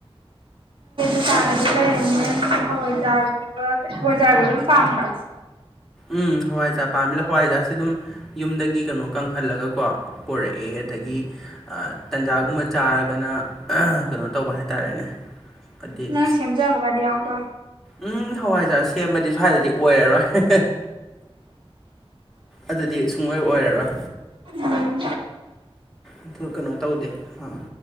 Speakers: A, on the right; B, in the centre.
A: ꯗꯨꯀꯥꯟ ꯑꯗꯨ ꯂꯩꯔꯦꯅꯦ ꯍꯋꯥꯏꯖꯥꯔꯒꯨꯝꯕ ꯍꯋꯥꯏꯖꯥꯔꯒ ꯑꯗꯨꯝ ꯄꯥꯝꯕ꯭ꯔꯥ
B: ꯎꯝ ꯍꯋꯥꯏꯖꯥ ꯄꯥꯝꯃꯤꯗ ꯍꯋꯥꯏꯖꯥꯥꯁꯦ ꯑꯗꯨꯝ ꯌꯨꯝꯗꯒꯤ ꯀꯩꯅꯣ ꯀꯪꯍꯜꯂꯒꯀꯣ ꯄꯣꯔꯛꯑꯦ ꯑꯗꯒꯤ ꯇꯟꯖꯥꯒꯨꯝꯕ ꯆꯥꯔꯒꯅ ꯀꯩꯅꯣ ꯇꯧꯕ ꯍꯥꯏꯇꯥꯔꯦꯅꯦ ꯍꯥꯏꯗꯤ
A: ꯅꯪ ꯁꯦꯝꯖꯕꯒꯗꯤ ꯌꯥꯎꯕ꯭ꯔꯣ
B: ꯎꯝ ꯍꯋꯥꯏꯖꯥꯔ ꯁꯦꯝꯕꯗꯤ ꯁ꯭ꯋꯥꯏꯗꯗꯤ ꯑꯣꯏꯔꯔꯣꯏ ꯑꯗꯨꯗꯤ ꯁꯨꯡꯑꯣꯣꯏ ꯑꯣꯏꯔꯔꯣꯏ
A: ꯎꯝ
B: ꯑꯗꯨ ꯀꯩꯅꯣ ꯇꯧꯗꯦ ꯑꯥ